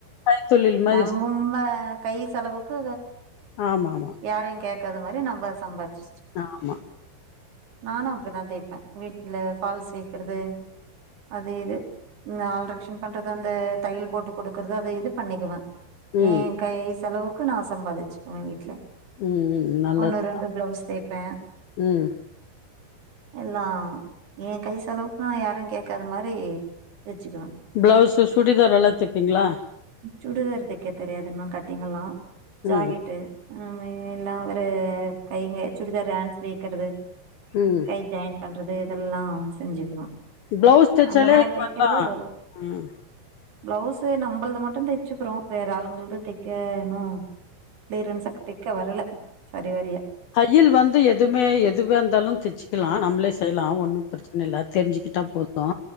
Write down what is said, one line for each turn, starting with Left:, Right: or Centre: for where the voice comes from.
Left: கைத்தொழில் மாதிரி
Right: நம்மம்ம கை செலவுக்கு
Left: ஆமா ஆமா
Right: யாரையு கேக்காத மாரி நம்ம சம்பாதிச்சு
Left: ஆமா
Right: நானு அப்டிதா தேய்ப்ப வீட்ல ஃபால்ஸ் வக்கிறது அது இது ஆள்ரக்க்ஷன் பண்றது அந்த தையல் போட்டு குடுக்கறது அத இது பண்ணிக்குவே
Left: ம்
Right: ஏ கை செலவுக்கு நா சம்பாதிச்சுக்குவே வீட்ல
Left: ம் ம் நல்லது
Right: ஒன்னு ரெண்டு ப்ளவ்ஸ் தெப்பே
Left: ம்
Right: எல்லா ஏ கை செலவுக்கு நா யாரையு கேக்காத மாரி வெச்சிக்குவே
Left: பிளவ்ஸு சுடிதார் எல்லா தெப்பிங்ளா
Right: சுடிதாரு தெக்க தெரியாதுன்னு கட்டிங் எல்லா ஜாக்கெட்டு
Left: ம்
Right: ஆமா எல்லா அவரு கைங்க சுடிதாரு ஹேன்ஸ் வைக்கிறது
Left: ம்
Right: கை ஜாயின் பண்றது இதெல்லா செஞ்சிக்கலா
Left: பிளவுஸ் தெச்சாலே
Right: அந்த மாரி
Left: இப்பல்லா
Right: தெய்க்கிறதே வரு
Left: ம்
Right: பிளவுஸு நம்புள்து மட்டு தெச்சுக்குறோ வேற ஆளுங்கள்து தெக்க இன்னு கிளியரன்ஸா தெக்க வரல சரி வாரியா
Left: தையில் வந்து எதுவுமே எதுவா இந்தாலு தெச்சிக்கலா நம்பளே செய்லா ஒண்ணு பிரச்ச ன இல்ல தெரிஞ்சிக்கிட்டா போது